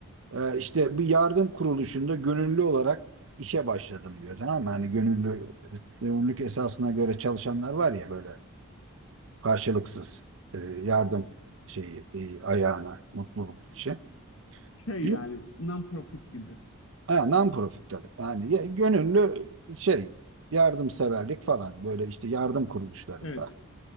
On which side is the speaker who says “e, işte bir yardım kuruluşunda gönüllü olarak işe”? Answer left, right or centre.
Right